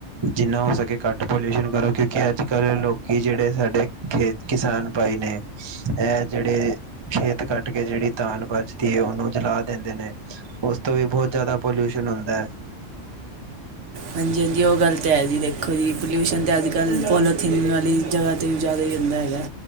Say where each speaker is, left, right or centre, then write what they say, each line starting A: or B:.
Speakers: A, on the right (about 30°); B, on the right (about 70°).
A: ਜਿੰਨਾ ਹੋ ਸਕੇ ਘੱਟ ਪੋਲਿਊਸ਼ਨ ਕਰੋ ਕਿਉਂਕਿ ਅੱਜ ਕੱਲ੍ਹ ਲੋਕੀ ਜਿਹੜੇ ਸਾਡੇ, ਖੇਤ ਕਿਸਾਨ ਭਾਈ ਨੇ। ਇਹ ਜਿਹੜੇ ਖੇਤ ਕੱਟ ਕੇ ਜਿਹੜੀ ਧਾਨ ਬਜਦੀ ਹੈ ਉਹਨੂੰ ਜਲਾ ਦਿੰਦੇ ਨੇ। ਉਸ ਤੋਂ ਵੀ ਬਹੁਤ ਜ਼ਿਆਦਾ ਪੋਲਿਊਸ਼ਨ ਹੁੰਦਾ ਹੈ।
B: ਹਾਂਜੀ ਹਾਂਜੀ, ਉਹ ਗੱਲ ਤਾਂ ਹੈ ਜੀ ਦੇਖੋ ਜੀ ਪੋਲਿਊਸ਼ਨ ਤਾਂ ਅੱਜ ਕੱਲ੍ਹ ਪੋਲੋਥੀਨ ਵਾਲੀ ਜਗ੍ਹਾ ਤੇ ਵੀ ਜ਼ਿਆਦਾ ਹੀ ਜਾਂਦਾ ਹੈਗਾ।